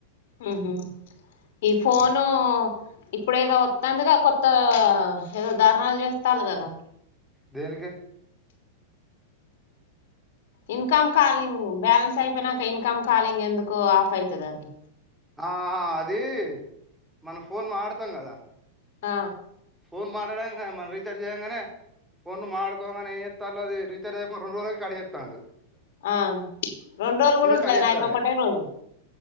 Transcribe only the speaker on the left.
మ్మ్ హ్మ్ ఈ ఫోను ఇప్పుడు ఏదో వత్తందిగా కొత్త ఏదో ధారునాలు చేస్తారు కదా
ఇన్కమ్ కాలింగ్ బ్యాలన్స్ ఇంకా అయితే నాకు ఇన్కమ్ కాలింగ్ ఎందుకు ఆఫ్ అయితదని
ఆ
ఆ రెండు రోజులు కూడా ఉంటలేదు
నాయితే ఒకక్కటే రోజు